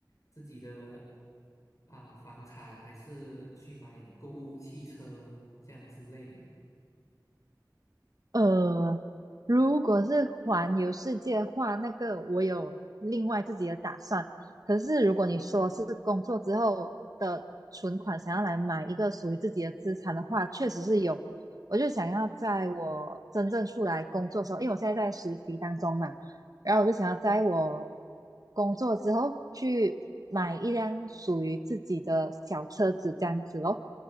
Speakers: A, on the left (about 45°); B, on the right (about 55°).
A: 自己的啊、房产，还是去买购物汽车这样之类的？
B: 呃，如果是环游世界的话，那个我有另外自己的打算。可是如果你说是工作之后的存款，想要来买一个属于自己的资产的话，确实是有。我就想要在我真正出来工作的时候，因为我现在在实习当中嘛，然后我就想要在我工作之后去买一辆属于自己的小车子，这样子咯，